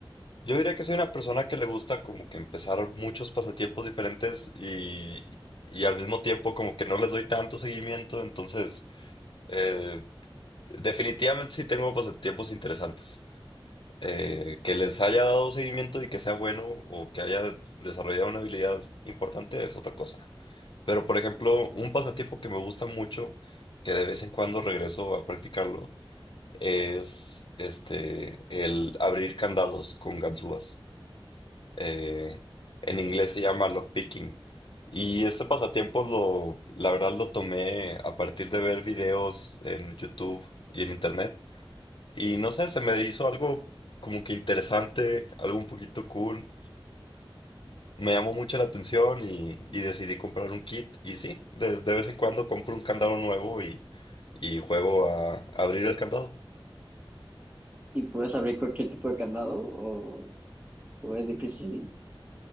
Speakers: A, on the left; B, on the right.
A: yo diría que soy una persona que le gusta como que empezar muchos pasatiempos diferentes y, y al mismo tiempo como que no les doy tanto seguimiento, entonces eh, definitivamente sí tengo pasatiempos interesantes. Eh, que les haya dado seguimiento y que sea bueno o que haya desarrollado una habilidad importante es otra cosa. Pero, por ejemplo, un pasatiempo que me gusta mucho, que de vez en cuando regreso a practicarlo, es este el abrir candados con ganzúas. Eh, en inglés se llama lockpicking. Y ese pasatiempo lo, la verdad lo tomé a partir de ver videos en YouTube y en internet. Y no sé, se me hizo algo como que interesante, algo un poquito cool. Me llamó mucho la atención y, y decidí comprar un kit. Y sí, de, de vez en cuando compro un candado nuevo y, y juego a abrir el candado.
B: ¿Y puedes abrir cualquier tipo de candado o, o es difícil?